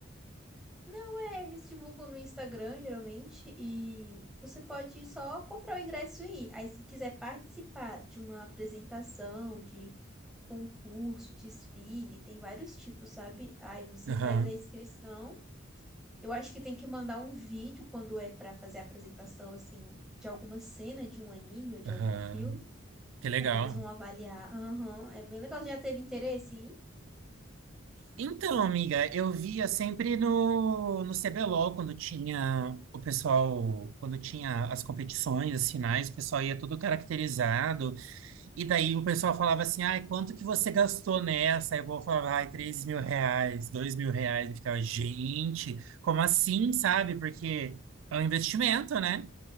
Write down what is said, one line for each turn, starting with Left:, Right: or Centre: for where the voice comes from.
Centre: Não é, eles divulgam no Instagram, geralmente, e você pode só comprar o ingresso e ir. Aí, se quiser participar de uma apresentação, de concurso, desfile, tem vários tipos, sabe? Aí você
Right: Aham,
Centre: faz a inscrição. Eu acho que tem que mandar um vídeo quando é pra fazer a apresentação, assim, de alguma cena de um anime ou de
Right: aham.
Centre: algum filme.
Right: Que legal.
Centre: Aí eles vão avaliar. Aham, é bem legal. Você já teve interesse em ir?
Right: Então, amiga, eu via sempre no, no CBLOL, quando tinha o pessoal, quando tinha as competições, as finais, o pessoal ia todo caracterizado, E daí o pessoal falava assim, ai, quanto que você gastou nessa? Aí o povo falava, ai, três mil reais, dois mil reais. E ficava, gente, como assim, sabe? Porque é um investimento, né?